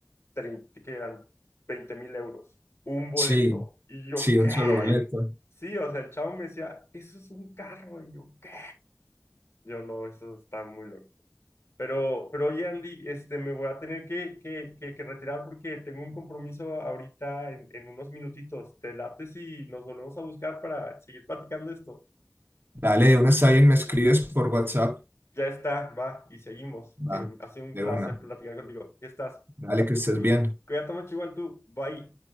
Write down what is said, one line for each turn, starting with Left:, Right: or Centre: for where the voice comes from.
Left: 30 que eran veinte mil euros, un boleto,
Right: Sí,
Left: y yo,
Right: sí,
Left: ¿qué?
Right: un solo boleto.
Left: Sí, o sea, el chavo me decía, eso es un carro, y yo, ¿qué? Yo no, eso está muy loco. Pero, pero oye, Andy, este, me voy a tener que, que, que, que retirar porque tengo un compromiso ahorita en, en unos minutitos. ¿Te late si nos volvemos a buscar para seguir platicando esto?
Right: Dale, de una está bien, me escribes por WhatsApp.
Left: Ya está, va, y seguimos.
Right: Va,
Left: Que ha sido un
Right: de
Left: placer
Right: una.
Left: platicar contigo. Ya estás.
Right: Dale, que estés
Left: Cu-
Right: bien.
Left: Cuídate mucho igual tú. Bye.